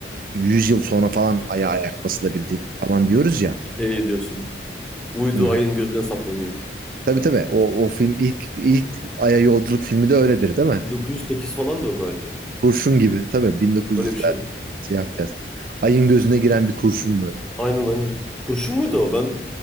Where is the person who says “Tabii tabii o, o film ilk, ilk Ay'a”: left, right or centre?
Right